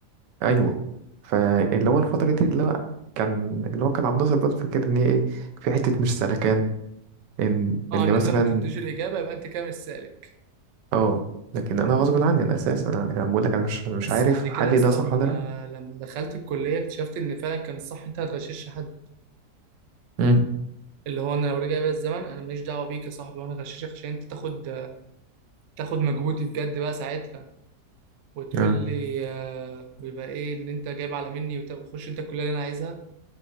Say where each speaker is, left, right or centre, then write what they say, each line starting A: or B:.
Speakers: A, on the right; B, on the right.
A: ايوه فاللي هو الفتره دي اللي هو كان اللي هو كان عبد الناصر برضو فاكر ان هي ايه في حته مش سلكان ان
B: اه
A: ان
B: ان انت
A: مثلا
B: ما تديش الاجابه يبقى انت كده مش سالك
A: اه لكن انا غصب عني انا اساسا انا يعني أنا بقول لك انا مش أنا مش
B: بس
A: عارف
B: بعد كده
A: حل
B: يا اسطى
A: ده صح
B: لما
A: ولا لا
B: لما دخلت الكليه اكتشفت ان فعلا كان الصح انت ما تغشش حد
A: امم
B: اللي هو انا لو رجع بيا الزمن انا ماليش دعوه بيك يا صاحبي وانا غششك عشان انت تاخد تاخد مجهودي بجد بقى ساعتها وتقول
A: آه.
B: لي آه، ويبقى ايه ان انت جايب على مني وت- وتخش انت الكليه اللي انا عايزها